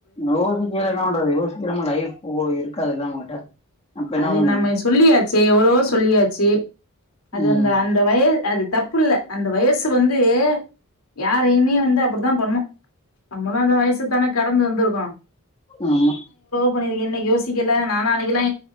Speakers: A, on the left; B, on the left.
A: யோசிக்கயில என்ன பண்றது யோசிக்காம லைஃப் ஓ இருக்காதல்ல நம்மகிட்ட அப்ப என்ன
B: அது
A: பண்ண முடியு
B: நம்ம சொல்லியாச்சு எவ்ளவோ சொல்லியாச்சு அது
A: ம்
B: அந்த அந்த வயது அது தப் பில்ல அந்த வயசு வந்து யாரையுமே வந்து அப்படித்தா பண்ணு நம்மளு அந்த வயசத்தான கடந்து வந்துரு க்கோ
A: ஆமா
B: பண்ணிருக்கே இன்னிக்கி யோசிக்கல நானு அன்னைக்கெல்லா